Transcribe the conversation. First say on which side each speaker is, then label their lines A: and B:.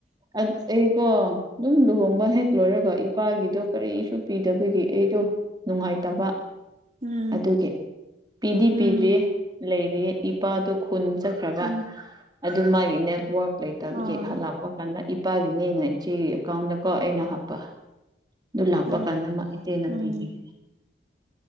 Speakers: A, on the right; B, on the right.
A: ꯑꯩꯀꯣ ꯑꯗꯨꯝ ꯂꯨꯍꯣꯡꯕ
B: ꯎꯝ
A: ꯍꯦꯛ ꯂꯣꯏꯔꯒ ꯀꯥꯒꯤꯗꯣ ꯀꯔꯤꯁꯨ ꯄꯤꯗꯕꯒꯤ ꯑꯩꯗꯣ ꯅꯨꯡꯉꯥꯏꯇꯕ
B: ꯎꯝ
A: ꯑꯗꯨꯒꯤ ꯄꯤꯗꯤ
B: ꯎꯝ
A: ꯄꯤꯗ꯭ꯔꯤꯌꯦ ꯂꯩꯔꯤꯌꯦ ꯏꯄꯥꯗꯣ ꯈꯨꯟ ꯈ꯭ꯔꯕ
B: ꯎꯝ
A: ꯑꯗꯨ ꯃꯥꯒꯤ ꯅꯦꯠꯋꯥꯔꯛ ꯂꯩꯇꯕꯒꯤ
B: ꯑꯣ
A: ꯍꯜꯂꯛ ꯄꯥ ꯀꯥꯟꯗꯥ ꯏꯄꯥꯒꯤꯅꯦꯅ ꯏꯆꯦꯒꯤ ꯑꯦꯀꯥꯎꯟꯗ ꯀꯣ ꯑꯩꯅ ꯍꯥꯞꯄ ꯑꯗꯨ ꯂꯥꯛꯄ
B: ꯎꯝ
A: ꯀꯥꯟꯗ ꯃꯥ ꯏꯆꯦꯅ
B: ꯎꯝ
A: ꯄꯤꯈꯤꯒꯅꯤ